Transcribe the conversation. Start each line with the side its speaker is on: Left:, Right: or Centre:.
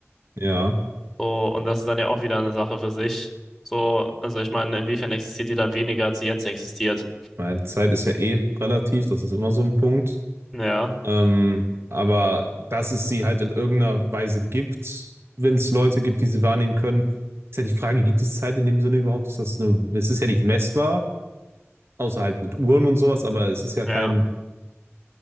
Right: Ja,
Centre: So, und das ist dann ja auch wieder eine Sache für sich. So, also ich meine, inwiefern existiert die dann weniger, als sie jetzt existiert?
Right: meine Zeit ist ja eh relativ, das ist immer so ein Punkt.
Centre: Ja,
Right: Ähm, aber dass es sie halt in irgendeiner Weise gibt, wenn es Leute gibt, die sie wahrnehmen können, ist ja die Frage, gibt es Zeit in dem Sinne überhaupt? Ist das eine, es ist ja nicht messbar, außer halt mit Uhren und sowas, aber es ist ja
Centre: ja,
Right: kein,